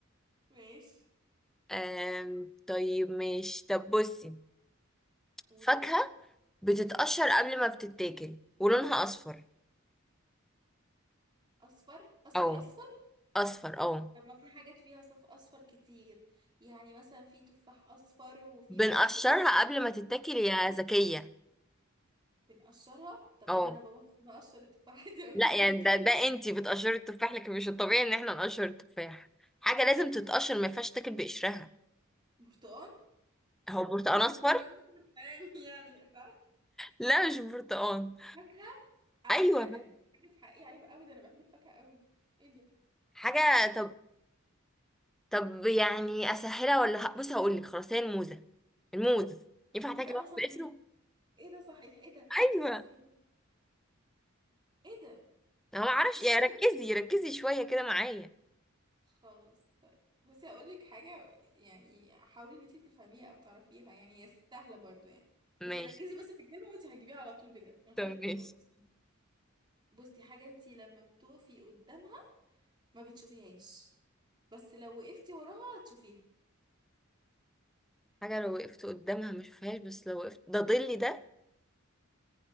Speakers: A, on the right; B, in the centre.
A: ماشي
B: آم، طيب ماشي طب بصي
A: قولي
B: فاكهة بتتقشر قبل ما بتتاكل ولونها أصفر
A: اصفر اصفر
B: أو
A: اصفر
B: أصفر أو
A: طب ما في حاجات فيها صف اصفر كتير يعني مثلا في تفاح اصفر وفي
B: بنقشرها
A: برتقال
B: قبل ما تتاكل يا ذكية
A: بنقشرها طب
B: أو
A: ايه ده انا ببط- بقشر التفاحة دي قبل
B: لا يعني
A: ما اكل
B: ده ده انتي بتقشري التفاح لكن مش الطبيعي ان احنا نقشر التفاح حاجة لازم تتقشر ما ينفعش تاكل بقشرها
A: برتقال
B: هو برتقال
A: البرتقال
B: أصفر
A: مش برتقاني يعني صح
B: لا مش برتقال
A: فاكهه على
B: أيوة
A: فكره قد حاجه في حقي عيب قوي ده انا بحب الفاكهه قوي ايه ده
B: حاجة طب طب يعني أسهلها ولا ه- بصي هقولك خلاص هي الموزة الموز ينفع تاكل
A: ايه ده
B: واحد
A: اه صحيح
B: بقشره
A: ايه ده صحيح ايه ده
B: أيوة
A: ايه ده صحيح ايه ده
B: انا ما اعرفش
A: <laughs>
B: يعني ركزي ركزي شويه كده معايا
A: خلاص طيب بصي هقول لك حاجه يعني حاولي ان انتي تفهميها او تعرفيها يعني هي سهله برضو يعني بس
B: ماشي
A: ركزي بس في الكلمه وانتي هتجيبيها على طول بجد من غير
B: طب ماشي
A: اختيارات بصي حاجه انتي لما بتقفي قدامها ما بتشوفيهاش بس لو وقفتي وراها هتشوفيها
B: حاجه لو وقفت قدامها ما اشوفهاش بس لو وقفت ده ظلي ده